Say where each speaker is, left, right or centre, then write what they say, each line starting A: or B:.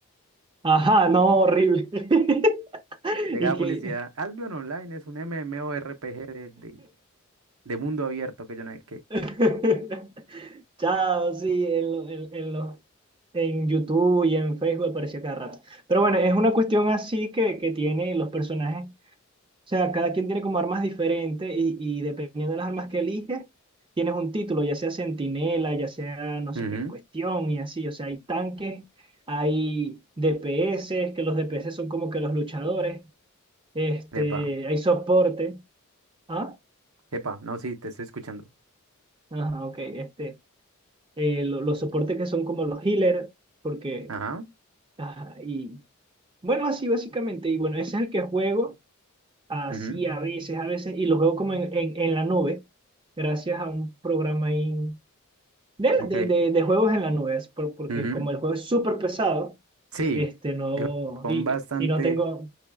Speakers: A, on the right; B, on the right.
A: Ajá, no, horrible. <laughs>
B: Llegaba
A: Y que...
B: publicidad, Albion Online es un MMORPG de, de, de mundo abierto que yo no sé
A: <laughs> Chao, sí, en, lo- en, en los- en YouTube y en Facebook aparecía cada rato. Pero bueno, es una cuestión así que, que tiene los personajes O sea, cada quien tiene como armas diferentes y, y dependiendo de las armas que eliges, tienes un título, ya sea centinela, ya sea no sé
B: qué.
A: qué cuestión y así. O sea, hay tanques, hay DPS, que los DPS son como que los luchadores, este,
B: Epa,
A: hay soporte. Ah,
B: epa, no, sí, te estoy escuchando.
A: ajá, ok, este, eh, lo- los soportes que son como los healers, porque,
B: Ajá,
A: ajá, y bueno, así básicamente. Y bueno, ese es el que juego. Así
B: ujú,
A: a veces, a veces, y los juego como en, en, en la nube, gracias a un programa ahí de,
B: ok,
A: de, de, de juegos en la nube, es por- porque
B: ujú,
A: como el juego es súper pesado,
B: Sí,
A: este no,
B: es un
A: y,
B: juego bastante
A: y no tengo,